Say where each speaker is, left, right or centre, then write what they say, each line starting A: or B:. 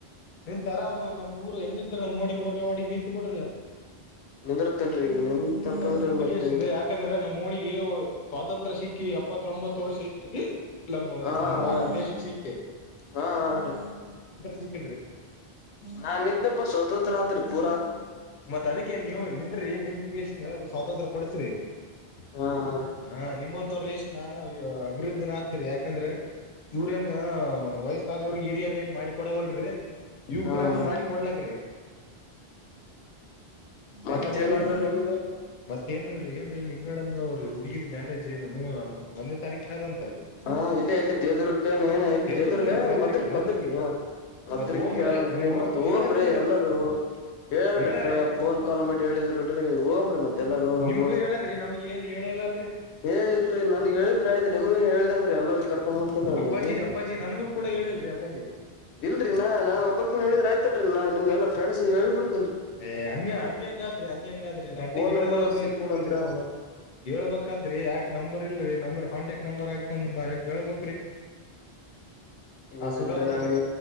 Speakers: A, on the left (about 55°); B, on the left (about 85°).
A: ನಿಂತು ನಮ್ ಊರು ಹೆಂಗಿದ್ರ ನಮ್ ಮೋಡಿ ಮೂರನೇ ಒಡಿಗೆ ನಿಂತು ಬಿಟ್ರಲ್ಲ.
B: ನಿಂದರ್ತೇನ್ರಿ ಈಗ ನಿಂತಂತಂದ್ರ
A: ನಿಂತಗೆ
B: ಮತ್ತೆ
A: ಎಷ್ಟಂತೆ ಯಾಕಂದ್ರೆ ನಮ್ಮ ಹೋನಿಗೆ ಸ್ವಾತಂತ್ರ ಸಿಕ್ಕಿ ಎಪ್ಪತ್ತೊಂಬತ್ತು ವರ್ಷ ಐತ್ರಿ ನಮ್ಮ
B: ಹ
A: ನಮ್
B: ಹಾ
A: ಭಾರತ
B: ರೀ
A: ದೇಶಕ್ಕೆ ಸಂಖೆ
B: ಹಾ ರೀ
A: ಸಿಕ್ಕಿಲ್ರಿ
B: ನಾ ನಿಮ್ ಅಪ್ಪ ಸ್ವತಂತ್ರ ಆತ್ರಿ ಪೂ
A: ಮತ್ ಅದಕ್ಕೆ ನೀವು ನಿಂದ್ರಿ ನಿಂತಿಗೆ ಎಷ್ಟ ಸ್ವಾತಂತ್ರ ಕೊಡ್ಸ್ರಿ
B: ಹಾ ಹಾ ರೀ
A: ಹ ನಿಮ್ಮಂತರಲೇಶನ್ ನಾನು ಅಭಿವೃದ್ಧ ನ ಆದತ್ರಿ ಯಾಕಂದ್ರೆ ಇವ್ರೇನ್ ವಯಸ್ಸಾದರು ಹಿರಿಯರ ಏನ್ ಮಾಡಿಕೊಡವ ಯುವಕ್ರನ
B: ಹಾ ಹಾ
A: ಮಾಡಿ
B: ರೀ
A: ಕೊಡ್ಲಕ್ ರೀ
B: ಮತ್ತೇನ್
A: ಯಾಕಂದ್ರೆ
B: ನಡದರಿ ನಿಮ್ದು
A: ಮತ್ತ ಏನ್ ಹೇಳಿ ಏನ್ರೀ ನಿಂಗ ನಡಂದ ಅವ್ರಿ ಈಗಿದ ಮ್ಯಾರೇಜ್ ನಮ್ಮ ಒಂದ್ ತಾರೀಕ ಆದಂತ
B: ಹಾ ಇಲ್ಲಿ ಎಲ್ಲಿ ದೇವದುರ್ಗನ ಇಲ್ಲಿ
A: ದೇವದುರ್ಲ್ರರಿ
B: ದೇವದುರ್ಗ
A: ಮದ್ರಕಿ
B: ಮದರ್ಗ
A: ಮದ್ರಕಿರಿ
B: ಮದಗ ಮದಕ್ಕೆತ್ರಿ
A: ಮತ್ ಓಮ್ರ
B: ಮತ್ ಹೋಗಂಬ್ರೆ
A: ಹೇಳಾರ ಇಲ್ರಿ
B: ಎಲ್ಲಾರೂ ಹೇಳ್ರಿ
A: ಹೇಳಾರ್ರಿ
B: ಫೋನ್ ಕಾಲ್ ಮಾಡಿ ಹೇಳಿದ್ರಿ ಹೋಗಮ್ರ ರಿ ಮತ್ತ ಎಲ್ಲಗೆ ಹೋಗಮ್ಮ
A: ನಿಮ್ಗ ಹೇಳಾರ್ರಿ ನಮ್ಗ ಏನ್ ಹೇಳಲ್ಲಲ್ರರಿ
B: ಏ ಇಲ್ರರಿ ನನ್ಗ್ ಹೇಳಿದ್ರಿ ಆಯ್ತ್ ನಿಮಗೆ ಹೇಳ ಇದಂಗ್ರೀ ಎಲ್ಲ ಕರ್ಕೊತ ನೋಡ್ರಿ
A: ಅಪ್ಪಾಜಿ
B: ಈಗ
A: ಅಪ್ಪಾಜಿ ನನ್ಗೂ ಕೂಡ ಹೇಳಿಲ್ರಿ ಅಪ್ಪಾಜಿ
B: ಇಲ್ರಿ ನಾನ್ ಒಬ್ಬಕ್ ಹೇಳಿದ್ರ ಆಯ್ತಲ್ರರಿ ನಾ ನಿಮ್ಗೆಲ್ಲ ಫ್ರೆಂಡ್ಸ್ ಹೇಳ್ ಬಿಡ್
A: ಏ ಹಂಗ ಹಂಗ ಹಂಗಾದ್ರಿ ಹಂಗ ಹಂಗಾದ್ರಿ ನಟ್ಟಗ್
B: ಫೋನ್
A: ಹೇಳದವ್ರಲ್ಲಿ
B: ನಂಬರ್ ಸಿಕ್ಕಿಲ್ಲ
A: ಹೋಗಲ್ರಿ
B: ಅಂತ
A: ನಾವು ಹೇಳ್ಬೇಕಾದ್ರಿ ಯಾಕ ನಂಬರ್ ಇಲ್ರಿ ನಂಬರ್ ಕಾಂಟ್ಯಾಕ್ಟ್ ನಂಬರ್ ಆಯಂದ್ರ ಕೇಳ್ಬೇಕ್ರಿ
B: ಇಲ್
A: ಹ ಸುಧವ್ರಿ
B: ಇಲ್ರಿ ಹಂಗ